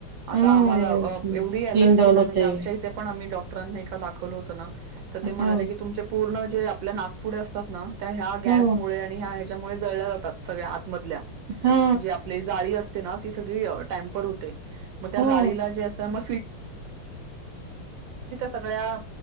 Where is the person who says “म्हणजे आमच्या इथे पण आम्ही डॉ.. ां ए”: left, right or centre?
Right